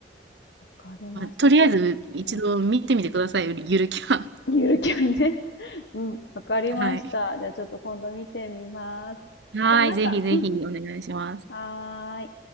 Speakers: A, on the left (about 75°); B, on the right (about 75°).
A: わかりました。
B: まあ、とりあえず一度見てみてください、
A: じゃあ、うん、
B: ゆるゆるキャン。
A: ゆるキャンね。<laughs> うん、わかりました。
B: はい。
A: じゃあちょっと今度見てみます。
B: はい、
A: じゃあなんか、
B: ぜひぜひお願いします。
A: うん、はーい。